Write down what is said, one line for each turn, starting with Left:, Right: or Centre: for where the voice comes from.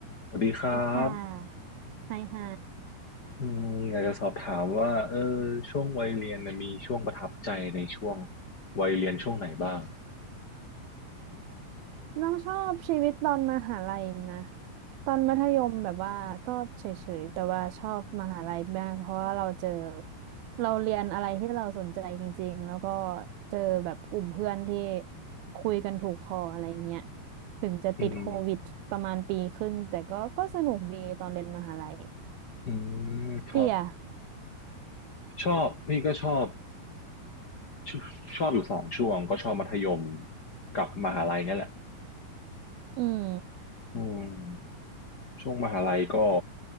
Left: สวัสดีครับ
Right: ดีค่ะไฮไฮ
Left: อืมอยากจะสอบถามว่าเออช่วงวัยเรียนน่ะมีช่วงประทับใจในช่วงวัยเรียนช่วงไหนบ้าง
Right: น้องชอบชีวิตตอนมหาลัยนะ ตอนมัธยมแบบว่าก็เฉยๆ แต่ว่าชอบมหาลัยมากเพราะว่าเราเจอ เราเรียนอะไรที่เราสนใจจริงๆ แล้วก็เจอแบบกลุ่มเพื่อนที่คุยกันถูกคออะไรเงี้ย ถึงจะติดโควิดประมาณปีครึ่งแต่ก็ก็สนุกดีตอนเรียนมหาลัย
Left: อืมอืมครับ
Right: พี่อะ
Left: ชอบพี่ก็ชอบชชอบอยู่สองช่วงก็ชอบมัธยมกับมหาลัยเนี่ยแหละ
Right: อืม
Left: อืมช่วงมหาลัยก็